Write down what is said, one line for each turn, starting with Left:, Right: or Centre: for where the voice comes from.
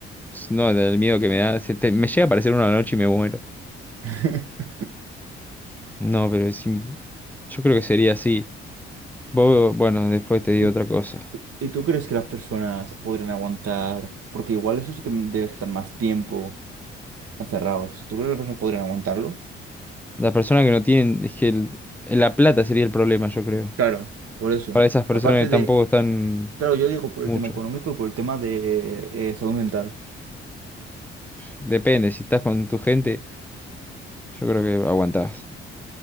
Centre: No, del miedo que me da. se te- me llega a aparecer una noche y me muero.
Right: <laughs>
Centre: No, pero es im- yo creo que sería así. Vos, bueno, después te digo
Right: ¿Y,
Centre: otra cosa.
Right: y tú crees que las personas podrían aguantar? Porque igual eso sí que debes estar más tiempo encerrados. ¿Tú crees que las personas podrían aguantarlo?
Centre: Las personas que no tienen, es que el- la plata sería el problema, yo creo.
Right: Claro, por eso.
Centre: Para esas personas
Right: Aparte
Centre: que
Right: de,
Centre: tampoco están
Right: claro, yo digo por
Centre: mucho.
Right: el tema económico y por el tema de eh, salud mental.
Centre: Depende, si estás con tu gente, yo creo que aguantás.